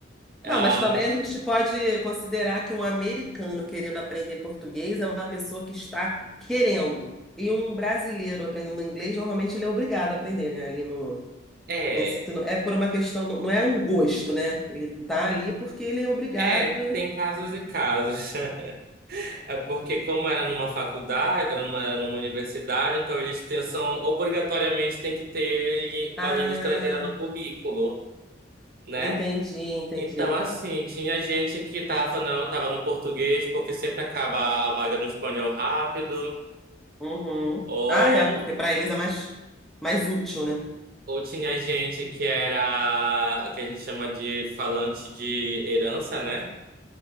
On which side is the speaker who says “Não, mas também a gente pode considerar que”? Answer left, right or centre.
Centre